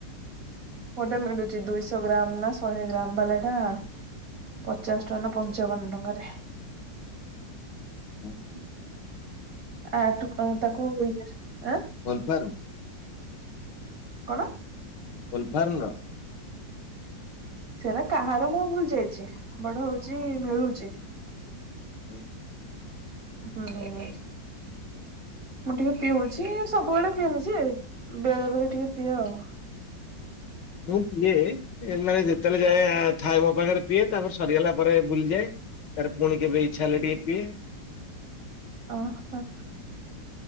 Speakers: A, on the right; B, on the left.
A: ଗୋଟେ ମିଳୁଛି ଦୁଇଶହ ଗ୍ରାମ ନା ଶହେ ଗ୍ରାମ ବାଲା ଟା ପଚାଶ ଟଙ୍କା ନା ପଞ୍ଚାବନ ଟଙ୍କାରେ।
B: ହୁ ହୁଁ।
A: ଆଠୁ ତାକୁ, ଆଁ
B: ଫଲଫାର୍ମ
A: କଣ?
B: ହୋଲ ଫାର୍ମ ର?
A: ସେଟା କାହାର ମୁଁ ଭୁଲି ଯାଇଚି, ବଟ୍ ହଉଚି ମିଳୁଚି।
B: ହୁ ହୁ।
A: ହଁ ଅଁ। ମୁଁ ଟିକେ ପିଉଚି, ସବୁବେଳେ ପିଏନି ଯେ ବେଳେ ବେଳେ ଟିକେ ପିଏ ଆଉ।
B: ମୁଁ ପିଏ। ମାନେ ଯେତେବେଳେ ଯାଏ ଥାଏ ମୋ ପାଖରେ ପିଏ, ତାପରେ ସରିଗଲା ପରେ ଭୁଲିଯାଏ। ତାରେ ପୁଣି କେବେ ଇଚ୍ଛା ହେଲେ ଟିକେ ପିଏ।
A: ଓ ହ।